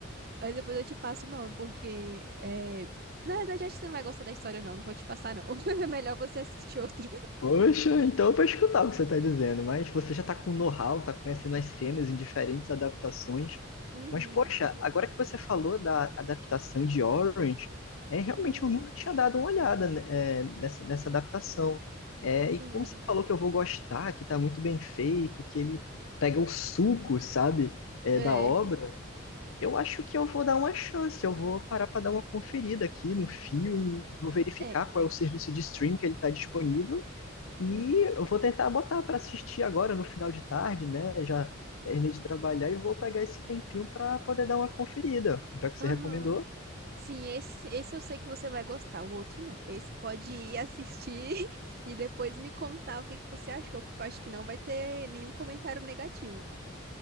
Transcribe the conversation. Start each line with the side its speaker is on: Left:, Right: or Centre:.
Right: Mas depois eu te passo o nome, porque é... na verdade acho que você não vai gostar da história não, não vou te passar não. <laughs> É melhor você assistir outro.
Left: Poxa, então eu vou escutar o que você está dizendo, mas você já está com know-how, está conhecendo as cenas em diferentes adaptações.
Right: Uhum.
Left: Mas, poxa, agora que você falou da adaptação de Orange, é realmente
Right: Hum,
Left: eu nunca tinha dado uma olhada, né, é, nessa, nessa adaptação. É,
Right: sim.
Left: e como você falou que eu vou gostar, que está muito bem feito, que ele pega o suco, sabe, é,
Right: É.
Left: da obra, eu acho que eu vou dar uma chance, eu vou parar para dar uma conferida aqui no filme,
Right: Sim.
Left: vou verificar
Right: É.
Left: qual é o serviço de stream que ele está disponível. E
Right: Uhum.
Left: eu vou tentar botar para assistir agora no final de tarde, né? Já terminei de trabalhar e vou pegar esse tempinho para poder dar uma conferida. Já que você
Right: Aham.
Left: recomendou,
Right: Sim, esse, esse eu sei que você vai gostar, o outro não. Esse pode ir assistir <laughs> e depois me contar o que que você achou, porque eu acho que não vai ter nenhum comentário negativo.